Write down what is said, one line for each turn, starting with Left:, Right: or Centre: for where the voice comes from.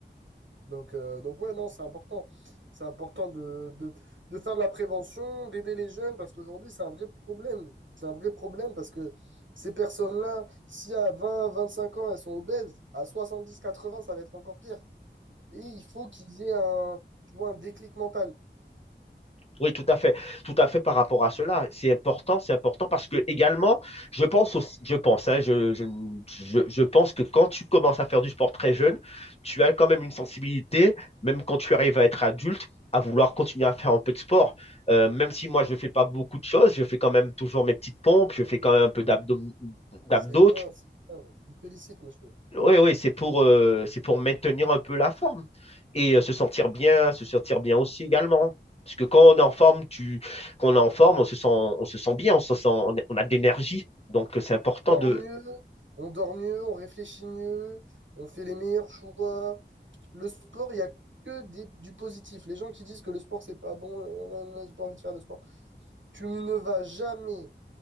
Right: Donc, euh, donc ouais, non, c'est important. C'est important de, de, de faire de la prévention, d'aider les jeunes, parce qu'aujourd'hui, c'est un vrai problème. C'est un vrai problème parce que ces personnes-là, si à vingt vingt-cinq ans, elles sont obèses, à soixante-dix quatre-vingts ça va être encore pire. Et il faut qu'ils aient un, tu vois, un déclic mental.
Left: Oui, tout à fait, tout à fait par rapport à cela. C'est important, c'est important parce que également, je pense aussi, je pense, hein, je, je, je, je pense que quand tu commences à faire du sport très jeune, tu as quand même une sensibilité, même quand tu arrives à être adulte, à vouloir continuer à faire un peu de sport. Euh, même si moi, je ne fais pas beaucoup de choses, je fais quand même toujours mes petites pompes, je fais quand même un peu d'abdos, d'abdos.
Right: C'est bien, c'est bien. Je vous félicite, monsieur.
Left: Oui, oui, c'est pour, euh, c'est pour maintenir un peu la forme et euh, se sentir bien, se sentir bien aussi également. Parce que quand on est en forme, tu, quand on est en forme, on se sent, on se sent bien, on se sent, on a de l'énergie. Donc, euh, c'est important
Right: dort
Left: de,
Right: mieux, on dort mieux, on réfléchit mieux, on fait les meilleurs choix. Le sport, il n'y a que des- du positif. Les gens qui disent que le sport, c'est pas bon, euh, euh, euh, j'ai pas envie de faire de sport. Tu ne vas jamais